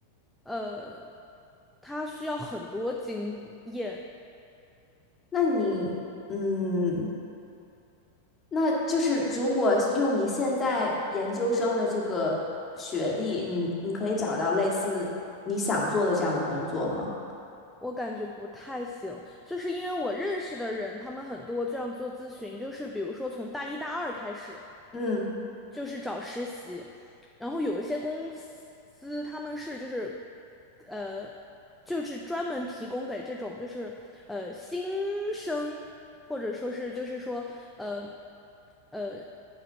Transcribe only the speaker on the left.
那你嗯，那就是如果用你现在研究生的这个学历，你你可以找到类似你想做的这样的工作吗？
嗯。